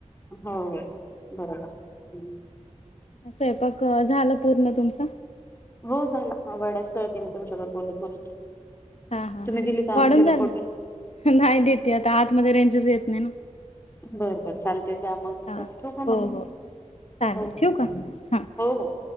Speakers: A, on the left (about 20°); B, on the left (about 60°).
A: हो, बरोबर. हम्म.
B: स्वैपाक झाला पूर्ण तुमचा?
A: हो झाला. वड्याच तळते मी तुमच्याबर बोलत बोलत.
B: हा हा
A: तुम्ही
B: हा
A: दिली का आमटीला
B: वाढून झालं?
A: फोडणी
B: नाही देते आता. आतमध्ये रेंजच येत नाही न
A: बर बर चालते, दया मग, चला
B: हा
A: ठियू का मंग
B: हो हो
A: मी?
B: चालेल
A: हो हो.
B: ठेवू का हां
A: हो हो..